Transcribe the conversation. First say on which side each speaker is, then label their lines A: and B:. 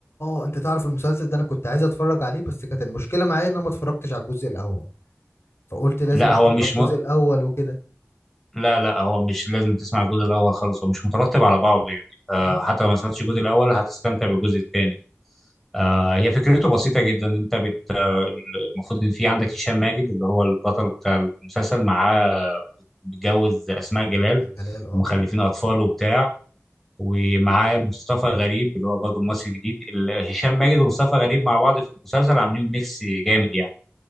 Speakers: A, on the left; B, in the centre.
A: اه انت تعرف المسلسل ده انا كنت عايز اتفرج عليه بس كانت المشكله معايا ان انا ما اتفرجتش على الجزء الاول فقلت لازم
B: لا
A: اتفرج
B: هو مش
A: على الجزء
B: م...
A: الاول وكده
B: لا لا هو مش لازم تسمع الجزء الاول خالص هو مش مترتب على بعضه يعني
A: مم.
B: آه حتى لو ما سمعتش الجزء الاول هتستمتع بالجزء الثاني آه هي فكرته بسيطه جدا انت بت آه، المفروض ان في عندك هشام ماجد اللي هو البطل بتاع المسلسل معاه متجوز اسماء جلال
A: جلال اه
B: ومخلفين اطفال وبتاع ومعاه مصطفى غريب اللي هو برضه ممثل جديد ال- هشام ماجد ومصطفى غريب مع بعض في المسلسل عاملين ميكس جامد يعني